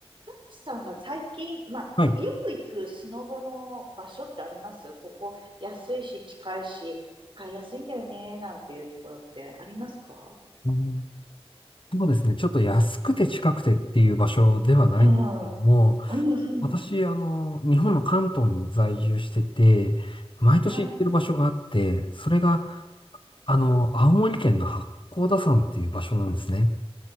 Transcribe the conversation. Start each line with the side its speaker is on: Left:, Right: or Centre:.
Right: たけしさんが最近、まあ、
Left: はい。
Right: よく行くスノボの場所ってありますここ安いし近いし使いやすいんだよね、なんていうところってありますか
Left: うんそうですね。ちょっと安くて近くてっていう場所ではないんですけども、
Right: うん。うんうん。
Left: 私、あの、日本の関東に在住してて、毎年行ってる場所があって、
Right: はい。
Left: それが、あの、青森県の八甲田山っていう場所なんですね。